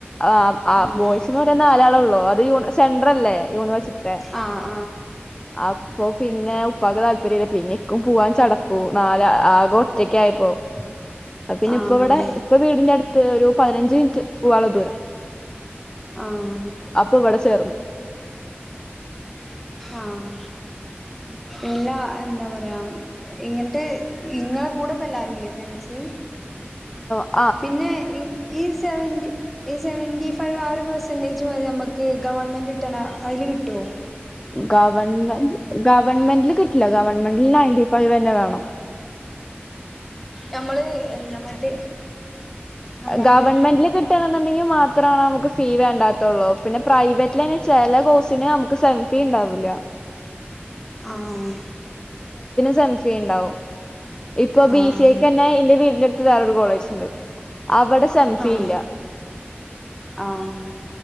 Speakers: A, on the left; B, in the centre.
A: ആ ആ
B: ആഹ്
A: ബോയ്സ്ന്ന് പറയാൻ നാലാളൊള്ളോ അത് യു സെൻ്റ്രല്ലേ യൂണിവേഴ്സിറ്റിടെ
B: ആഹ്
A: അപ്പൊ പിന്നെ ഉപ്പാക്ക് താല്പര്യല്ല പിന്നെ ഇക്കും പൂവാൻ ചടപ്പു നാലാ ആകെ ഒറ്റക്കായപ്പോ അപ്പൊ പിന്നെ
B: ആഹ്
A: ഇപ്പ ഇവിടെ ഇപ്പൊ വീടിന്റെ അടുത്ത് ഒരു പതിനഞ്ച് മിൻറ്റ് പോവാള്ള ദൂരം
B: ആഹ് ആഹ്
A: അപ്പൊ ഇവിടെചേർന്നു
B: ആഹ് എല്ലാ എന്താ പറയാ ഇങ്ങൻട്ട് ഇങ്ങളെ കൂടെ ഇപ്പെല്ലാരുല്ലേ ഫ്രണ്ട്സ്
A: ആഹ്
B: പിന്നെ ഈ സെവന്റി ഈ സെവൻറി ഫൈവ് ആ ഒരു പെർസെൻറേജ് മതി നമ്മക്ക് ഗവൺമെന്റിട്ടന അയില് കിട്ടോ
A: ഗവൺമെന്റ് ഗ ഗവൺമെന്റിൽ കിട്ടില്ല ഗവൺമെന്റിൽ നയന്റി ഫൈവെന്നെ വേണം
B: നമ്മള് എന്താ മറ്റേ ആ പറഞ്ഞോ
A: ഗവൺമെന്റിൽ കിട്ടാണ് ഇന്നിണ്ടെങ്കി മാത്രാണ് അമക്ക് ഫീ വേണ്ടാത്തുള്ളു പിന്നെ പ്രൈവറ്റ്ലെന്നെ ചെല കോഴ്സിന് നമുക്ക് സെംഫീ ഉണ്ടാവില്ല
B: ആഹ്
A: സെം ഫീണ്ടാവും ഇപ്പ ബി
B: ആഹ്
A: സി എക്കെന്നെ ഇന്റെ വീടിന്റടുത്ത് വേറൊരു കോളേജിണ്ട് അവിടെ സെംഫീയില്ല
B: ആഹ് ആഹ് ആഹ്